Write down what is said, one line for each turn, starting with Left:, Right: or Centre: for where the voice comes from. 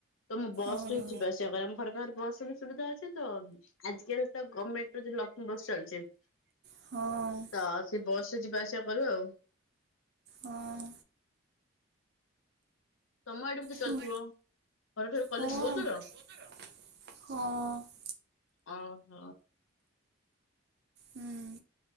Left: ତ ମୁଁ ବସରେ
Right: ଓହୋ
Left: ଯିବାଆସିବା କରେ ଆମ ଘର ପାଖରେ ବସର ସୁବିଧା ଅଛି ତ। ଆଜିକାଲି ତ ଗମେଣ୍ଟର ଯୋଉ ଲକ୍ଷ୍ମୀ ବସ୍ ଚାଲିଛି।
Right: ହଁ।
Left: ତ ସେ ବସରେ ଯିବା ଆସିବା କରୁ ଆଉ।
Right: ହଁ।
Left: ତମ ଆଡେ ବି ତ ଚାଲୁଥିବ
Right: ହୁଁ।
Left: ଘରଠୁ କଲେଜ
Right: ହଁ
Left: ବହୁତ ଦୂର?
Right: ହଁ।
Left: ଓହୋଃ।
Right: ହୁଁ ଉଁ,